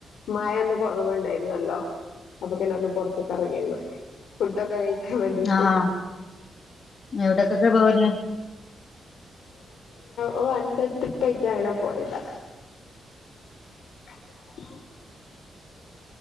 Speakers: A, on the left; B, on the left.
A: മഴൊന്ന കൊറവുണ്ടായിരുന്നല്ലോ അപ്പൊങ്ങനെ ഒന്ന് പുൊറത്ത ക ഇറങ്ങിരുന്നു ഫുഡൊക്കെ കഴിക്കാൻ വേണ്ടിട്ട്
B: ആഹ് എവിടക്കൊക്കെ പോവന
A: ഓ രണ്ട് ട്രിപ്പയിട്ട് അങ്ങനെ പോയതാ ഉ